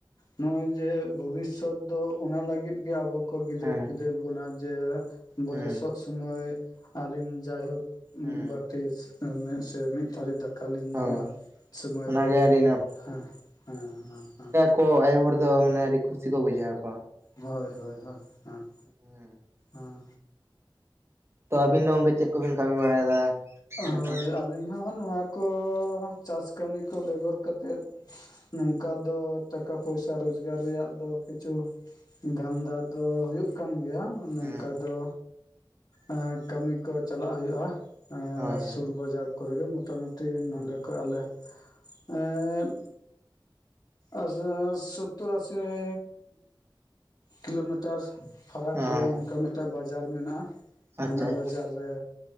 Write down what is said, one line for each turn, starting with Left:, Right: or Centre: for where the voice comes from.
Left: ᱱᱚᱜᱼᱚᱭ ᱡᱮ ᱵᱷᱚᱵᱤᱥᱚᱛ ᱫᱚ᱾ ᱚᱱᱟ ᱞᱟᱹᱜᱤᱫ ᱜᱮ ᱟᱵᱚ ᱠᱚ ᱜᱤᱫᱟᱹᱨ
Right: ᱦᱮᱸ
Left: ᱯᱤᱫᱟᱹᱨ ᱵᱚᱱᱟ ᱡᱮ ᱵᱚᱭᱮᱥᱚᱜ
Right: ᱦᱮᱸ
Left: ᱥᱩᱢᱚᱭ ᱟᱞᱤᱧ ᱡᱟᱭᱦᱳᱠ
Right: ᱦᱮᱸ
Left: ᱢᱤᱫ ᱵᱟᱴᱤ ᱥᱮᱢᱮᱫ ᱥᱮᱢᱮᱫ ᱛᱷᱟᱹᱨᱤ ᱫᱟᱠ ᱠᱟᱞᱤᱧ
Right: ᱦᱳᱭ
Left: ᱧᱟᱢᱟ ᱥᱳᱢᱚᱭ
Right: ᱚᱱᱟᱜᱮ
Left: ᱨᱮ
Right: ᱟᱹᱰᱤ
Left: ᱦᱮᱸ ᱦᱮᱸ ᱦᱮᱸ ᱦᱮᱸ᱾
Right: ᱠᱚ ᱟᱭᱳ ᱦᱚᱲ ᱫᱚ ᱢᱟᱱᱮ ᱟᱹᱰᱤ ᱠᱩᱥᱤ ᱠᱚ ᱵᱩᱡᱷᱟᱹᱣᱟ ᱠᱚ᱾
Left: ᱦᱳᱭ ᱦᱳᱭ ᱦᱳᱭ ᱦᱮᱸ᱾
Right: ᱦᱮᱸ᱾
Left: ᱦᱮᱸ
Right: ᱛᱚ ᱟᱵᱤᱱ ᱫᱚ ᱚᱝᱜᱷᱤ ᱪᱮᱫ ᱠᱚᱵᱤᱱ ᱠᱟᱹᱢᱤ ᱵᱟᱲᱟᱭᱮᱫᱟ? ᱤᱱᱟᱹᱠᱷᱟᱱ
Left: ᱦᱳᱭ ᱟᱹᱞᱤᱧ ᱦᱚᱸ ᱱᱚᱣᱟ ᱠᱚ ᱪᱟᱥ ᱠᱟᱹᱢᱤ ᱠᱚ ᱵᱮᱜᱚᱨ ᱠᱟᱛᱮᱫ ᱱᱚᱝᱠᱟ ᱫᱚ ᱴᱟᱠᱟ ᱯᱚᱭᱥᱟ ᱨᱳᱡᱽᱜᱟᱨ ᱨᱮᱭᱟᱜ ᱫᱚ ᱠᱤᱪᱷᱩ ᱫᱷᱟᱸᱱᱫᱟ ᱫᱚ ᱦᱩᱭᱩᱜ ᱠᱟᱱ ᱜᱮᱭᱟ᱾ ᱱᱚᱝᱠᱟ
Right: ᱦᱮᱸ
Left: ᱫᱚ ᱮᱸ ᱠᱟᱹᱢᱤ ᱠᱚ ᱪᱟᱞᱟᱜ ᱦᱩᱭᱩᱜᱼᱟ᱾ ᱮᱸ
Right: ᱦᱳᱭ ᱦᱳᱭ
Left: ᱥᱩᱨ ᱵᱟᱡᱟᱨ ᱠᱚᱨᱮᱜᱮ ᱢᱚᱴᱟ ᱢᱩᱴᱤ
Right: ᱦᱮᱸ
Left: ᱱᱚᱰᱮ ᱠᱷᱚᱱ ᱟᱞᱮ ᱮᱸ ᱟᱥᱟᱨ ᱥᱚᱛᱛᱚᱨ ᱟᱥᱤ ᱢᱤ ᱠᱤᱞᱳᱢᱤᱴᱟᱨ ᱯᱷᱟᱨᱟᱠ
Right: ᱦᱮᱸ
Left: ᱨᱮ ᱚᱱᱠᱟ ᱢᱤᱫᱴᱟᱝ ᱵᱟᱡᱟᱨ ᱢᱮᱱᱟᱜᱼᱟ,
Right: ᱟᱪᱪᱷᱟ
Left: ᱚᱱᱟ
Right: ᱟᱪᱪᱷᱟ
Left: ᱵᱟᱡᱟᱨ ᱨᱮ